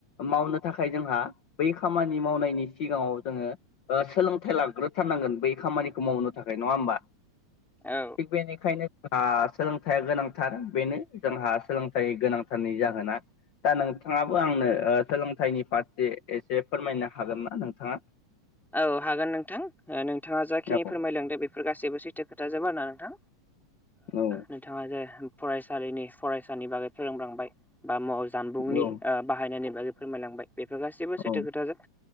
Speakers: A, on the left; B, in the centre.
A: मावनो नि थाखाय जोंहा बै खामानि मावनायनि सिगाङाव जोङो सोलोंथाइ लाग्रोथारनांगोन बै खामानिखौ मावनो थाखाय नङा होमबा
B: औ
A: थिग बेनिखायनो हा सोलोंथाइया गोनांथार बेनो जोंहा सोलोंथाइ गोनांथारनि जाहोना दा नोंथाङाबो आंनो ओ सोलोंथाइनि फारसे एसे फोरमायनो हागोन ना नोंथाङा
B: औ हागोन नोंथां नोंथाङा जाखिनि
A: औ
B: फोरमायलांदो बेफोर गासिबो जबो सैथो खोथा जाबाया नोंथां
A: औ
B: नोंथाङा जे फरायसालिनि फरायसानि बागै फोरोंलांबाय बा माव जानबुंनि
A: औ
B: बाहायनायनि बागै फोरमायलांबाय बेफोर गासैबो सैथो
A: औ
B: खोथाजों